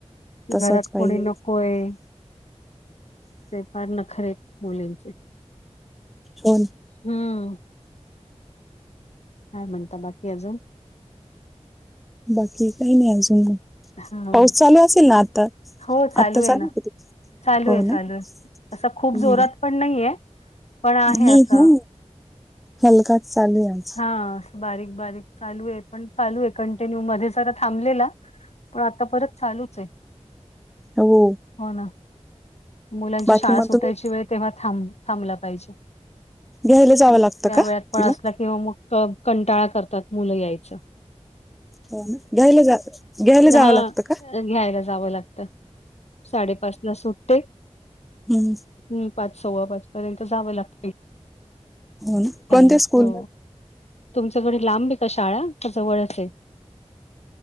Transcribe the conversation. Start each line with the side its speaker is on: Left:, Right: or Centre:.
Left: कि
Centre: तसच
Left: घरात
Centre: पाहिजे
Left: कोणी नको आहे फार नखरे मुलींचे
Centre: हो
Left: हम्म काय म्हणता बाकी अजून
Centre: बाकी काही नाही अजून
Left: हा
Centre: पाऊस चालू असेल ना आता
Left: हो
Centre: आता चालू
Left: आहे ना चालू
Centre: हो
Left: आहे
Centre: ना
Left: चालू आहे असं खूप
Centre: हम्म
Left: जोरात पण नाहीये पण आहे
Centre: नाही
Left: असं
Centre: ह हलकाच चालू आहेज
Left: हा बारीक बारीक चालू आहे पण चालू आहे कंटिन्यू मध्ये जरा थांबलेला पण आता परत चालूच आहे
Centre: हो
Left: हो ना मुलांची
Centre: बाकी
Left: शाळा
Centre: मग
Left: सुटायची
Centre: तुम्ही
Left: वेळ तेव्हा थांब थांबला पाहिजे
Centre: घ्यायला जावं
Left: मग
Centre: लागतं
Left: त्या
Centre: का
Left: वेळात पण
Centre: तिला
Left: असला कि मग कंटाळा करतात मुलं यायचं
Centre: हो ना घ्यायला जा घ्यायला
Left: हा
Centre: जावं लागतं का
Left: घ्यायला जावं लागत साडेपाच ला सुटते
Centre: हम्
Left: हम् पाच सव्वा पाच पर्यंत जावं लागते
Centre: हो ना कोणत्या
Left: यायला
Centre: स्कूल
Left: हो तुमच्याकडे लांबी का शाळा जवळ अस आहे